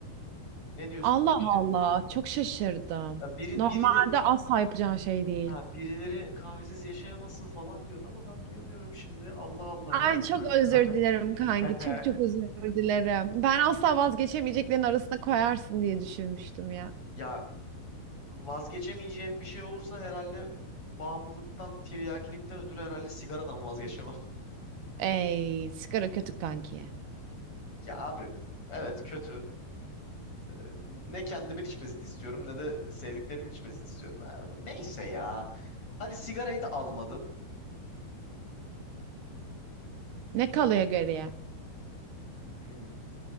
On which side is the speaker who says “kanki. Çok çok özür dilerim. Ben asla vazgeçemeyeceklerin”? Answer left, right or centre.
Right